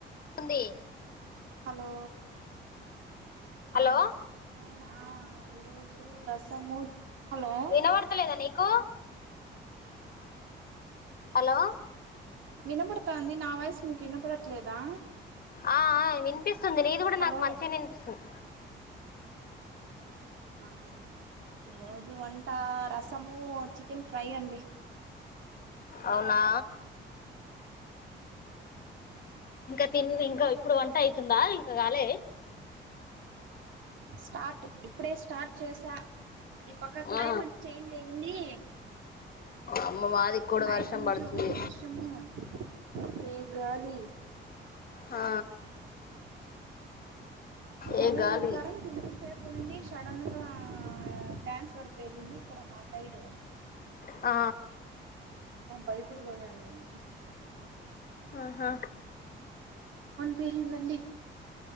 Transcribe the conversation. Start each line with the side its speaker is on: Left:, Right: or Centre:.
Left: ఉంది
Right: హలో
Left: హలో
Right: ఆ నేనా ఈరోజు రసము హలో
Left: వినబడతలేదా నీకు హలో
Right: వినపడతాంది నా వాయిసు మీకు వినపడట్లేదా
Left: అ ఆ వినిపిస్తుంది నీది కూడా
Right: హలో
Left: నాకు మంచిగా వినిపిస్తుంది
Right: ఆ ఈరోజు వంట రసము చికెన్ ఫ్రై అండి
Left: అవునా ఇంకా తి ఇంకా ఇప్పుడు వంట అవుతుందా ఇంకకాలే
Right: స్టార్ట్ ఇప్పుడే స్టార్ట్ చేసా ఈ పక్క క్లైమేట్
Left: ఆ
Right: చేంజ్ అయ్యింది
Left: అమ్మ <unintelligible> కి కూడా
Right: నైట్
Left: వర్షం
Right: నుంచి
Left: పడుతుంది
Right: <unintelligible> గాలి
Left: ఆ ఏ
Right: అది
Left: గాలి
Right: కరెంట్ <unintelligible> సేపు నిడి సడన్ గా ట్రాన్స్ఫర్ పేలింది ఇక్కడ మా సైడ్
Left: ఆ
Right: <unintelligible> భయపడిపోయాను నేను
Left: ఆహ
Right: పేలిందండి